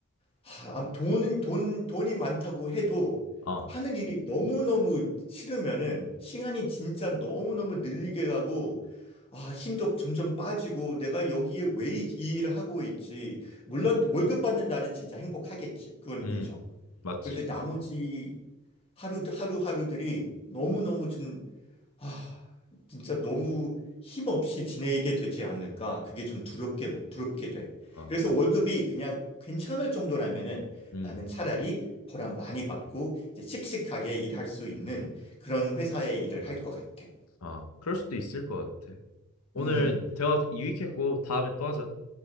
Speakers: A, on the left; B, on the left.
A: 하, 아, 돈은 돈 돈이 많다고 해도
B: 아,
A: 하는 일이 너무너무 싫으면은 시간이 진짜 너무너무 늘리게 가고 아, 힘도 점점 빠지고 내가 여기에 왜 이 일을 하고 있지? 물론 월급 받는 날은 진짜 행복하겠지. 그건
B: 음,
A: 인정.
B: 맞지.
A: 그런데 나머지 하루 하루하루들이 너무너무 좀 아, 진짜 너무 힘없이 지내게 되지 않을까. 그게 좀 두렵게, 두렵게 돼.
B: 아,
A: 그래서 월급이 그냥 괜찮을 정도라면은
B: 음,
A: 나는 차라리 보람 많이 받고 이제 씩씩하게 일할 수 있는 그런 회사의 일을 할 것 같아.
B: 아, 그럴 수도 있을 것 같아. 오늘
A: 음.
B: 대화 유익했고 다음에 또 하자.